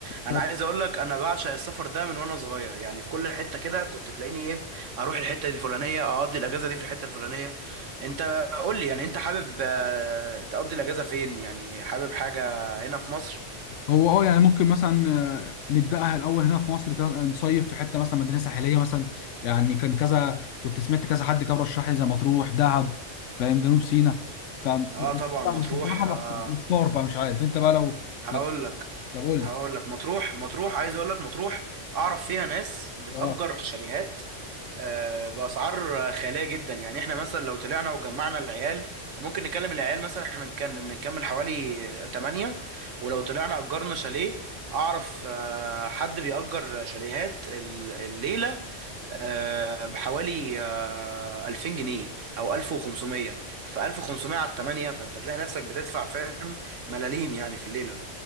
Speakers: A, on the right; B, on the left.
A: انا
B: هو
A: عايز اقول لك انا بعشق السفر ده من وانا صغير يعني في كل حته كده كنت تلاقيني ايه اروح الحته دي الفلانيه اقضي الاجازه دي في الحته الفلانيه انت قول لي يعني انت حابب آه، تقضي الاجازه فين يعني حابب حاجه هنا في مصر
B: هو اه يعني ممكن مثلا آه، نبداها الاول هنا في مصر كده نصيف في حته مثلا مدينه ساحليه مثلا يعني كان كذا كنت سمعت كذا حد كان رشح لي زي مطروح دهب فاهم جنوب سيناء ف بس
A: اه طبعا مطروح
B: بصراحه محت-
A: آه
B: محتار بقى مش عارف انت بقى لو
A: هقول
B: لو
A: لك
B: طب قول
A: هقول
B: لي
A: لك مطروح مطروح عايز اقول لك مطروح اعرف فيها ناس بتأجر
B: اه
A: شاليهات آه، بأسعار خيالية جدا يعني احنا مثلا لو طلعنا وجمعنا العيال ممكن نكلم العيال مثلا احنا نكن- نكمل حوالي 8 ولو طلعنا أجرنا شاليه أعرف آه، حد بيأجر شاليهات ال- الليلة آه، بحوالي آه، 2000 جنيه أو 1500 ف 1500 على 8 فأنت تلاقي نفسك بتدفع فاهم ملاليم يعني في الليلة